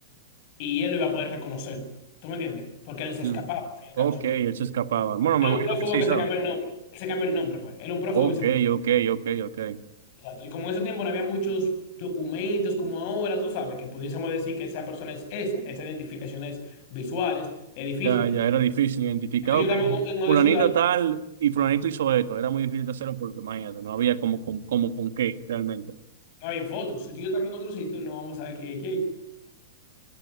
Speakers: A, on the left (about 50°); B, on the right (about 65°).
A: y él lo iba a poder reconocer. ¿Tú me entiendes? Porque él se
B: Mm.
A: escapaba. al fin y al
B: Ok,
A: cabo, su-
B: él se escapaba. Bueno, me
A: él Era
B: imagino
A: un prófugo
B: que sí,
A: que
B: ¿sabes?
A: se cambió el nombre. Él se cambió el nombre, fue. Él Era un prófugo
B: Ok,
A: y se...
B: ok, ok, ok.
A: Exacto. Y como en ese tiempo no había muchos documentos como ahora, tú sabes, que pudiésemos decir que esa persona es esa, esas identificaciones visuales, es difícil.
B: Ya, ya era difícil identificar,
A: Entonces yo
B: que
A: también en otra
B: fulanito
A: ciudad
B: tal y fulanito hizo esto. Era muy difícil de hacerlo porque, imagínate, no había como, como, como con qué realmente.
A: no había fotos. Si tú y yo también en otro sitio no vamos a ver quién es quién.